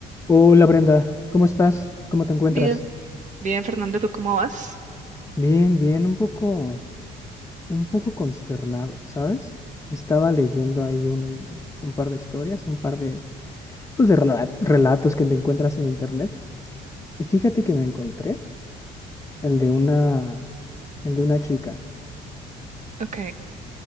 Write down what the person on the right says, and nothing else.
Bien, bien, Fernando, ¿tú cómo vas?
Ok,